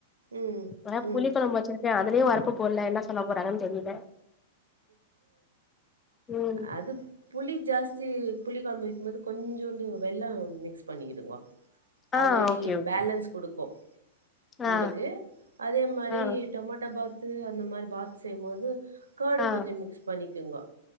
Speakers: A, on the right; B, on the left.
A: ம் ம்
B: ஆனா புளி
A: ம்
B: குழம்பு வச்சு அதுலயு ஒரப்பு போட்ல என்ன சொல்ல போறாங்கன்னு தெரியில ம்
A: அது புளி ஜாஸ் தி புளிக்குழம்பு வைக்கும் போது கொஞ்சோண்டு வெல்லோ மிக்ஸ் பண்ணிடுங்கோ
B: ஆ
A: அத
B: ஓகே
A: இ
B: ஓகே
A: பேலன்ஸ் குடுக்கூ உங்குளுக்கு
B: ஆ
A: அதே மாரி
B: ஆ
A: டொமாட்டோ பாத் த்து அந்த மாரி பாத் செய்யும்போது கர்டு
B: ஆ
A: கொஞ்சம் மிக்ஸ் பண்ணிக்கிங்கோ